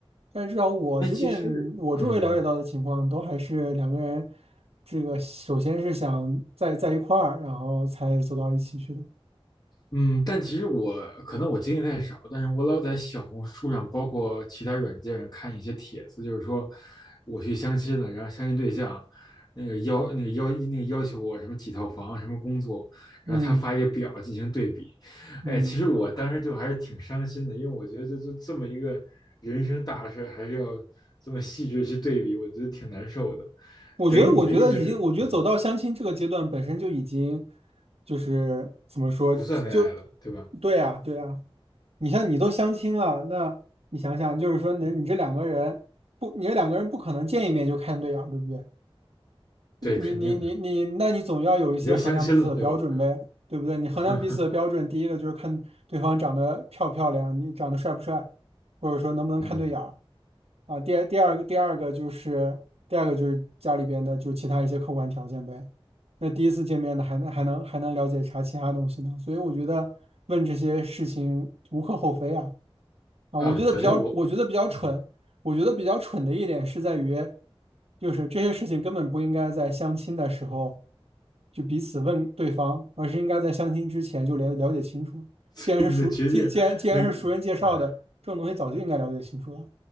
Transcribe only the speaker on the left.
哎，其实，嗯
嗯，但其实我可能我经历太少，但是我老在小红书上，包括其他软件上看一些帖子，就是说我去相亲了，然后相亲对象那个要那个要那个要求我什么几套房、什么工作，
然后他发一个表进行对比。
哎，其实我当时就还是挺伤心的，因为我觉得就就这么一个人生大事，还是要这么细致去对比，我觉得挺难受的。
等于你的意思是，
嗯。
不算恋爱了，
对吧？
对，肯定的，
你都相亲了，对吧？
<laughs>
嗯，
啊，
等于我，
嗯，
所以你就决定那个，
嗯